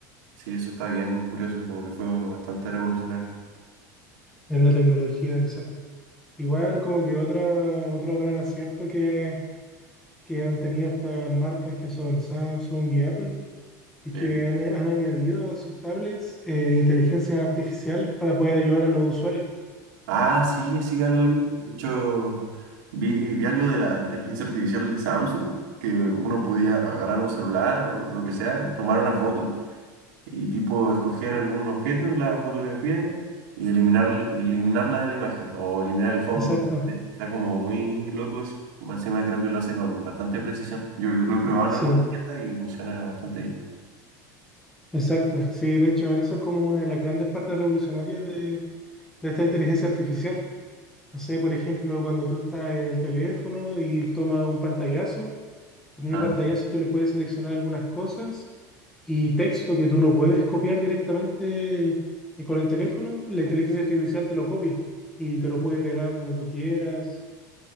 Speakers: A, on the right; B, in the centre.
A: Sí, eso está bien curioso, como que fue bastante revolucionario.
B: En la tecnología, exacto. Igual como que otra, otro gran acierto que, que han tenido estas marcas que son Samsung y Apple es
A: Sí.
B: que han, han añadido a sus tablets eh, inteligencias artificiales para poder ayudar a los usuarios.
A: Ah, sí, sí, algo vi. De hecho, vi, vi algo de la inteligencia artificial de Samsung, que uno podía agarrar un celular o lo que sea, tomar una foto y tipo escoger algún objeto en la fotografía y eliminar, eliminarla de la imagen o eliminar el fondo.
B: Exacto.
A: Está como muy loco eso. Más Encima creo que lo hace con bastante precisión. Yo lo he probado en
B: Sí,
A: algunas tiendas y funciona bastante bien.
B: exacto. Sí, de hecho, eso es como una de las grandes partes revolucionarias de, de esta inteligencia artificial. No sé, por ejemplo, cuando tú estás en el teléfono y tomas un pantallazo, al mismo
A: Ah,
B: pantallazo tú le puedes seleccionar algunas cosas y texto que tú no puedes copiar directamente eh, con el teléfono, la inteligencia artificial te lo copia y te lo puede pegar donde tú quieras.